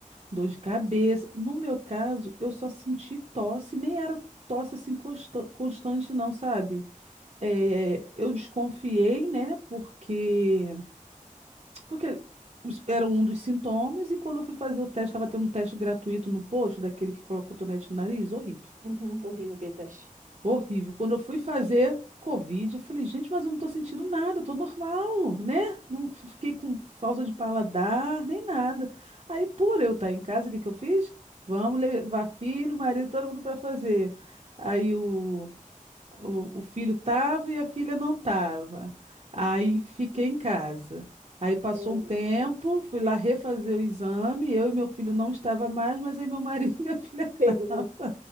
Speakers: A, on the right; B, on the right.
A: Dor de cabeça. No meu caso, eu só senti tosse, nem era tosse assim consta- constante, não, sabe? É, eu desconfiei, né? Porque porque os- era um dos sintomas, e quando eu fui fazer o teste, estava tendo um teste gratuito no posto, daquele que coloca o cotonete no nariz, horrível.
B: Uhum, horrível aquele teste.
A: Horrível. Quando eu fui fazer Covid, eu falei, gente, mas eu não tô sentindo nada, eu tô normal, né? Não f- fiquei com falta de paladar, nem nada. Aí, por eu estar em casa, o que que eu fiz? Vamos levar filho, marido, todo mundo para fazer. Aí o, o, o filho tava e a filha não tava. Aí fiquei em casa. Aí passou
B: Eita.
A: um tempo, fui lá refazer o exame, eu e meu filho não estava mais, mas aí meu marido <laughs> e minha filha <laughs> estavam.
B: Pegou.